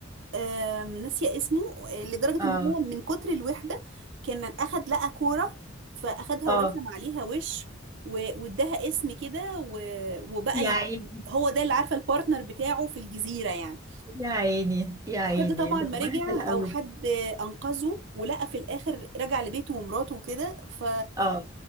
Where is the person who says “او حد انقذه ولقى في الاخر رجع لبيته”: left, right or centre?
Right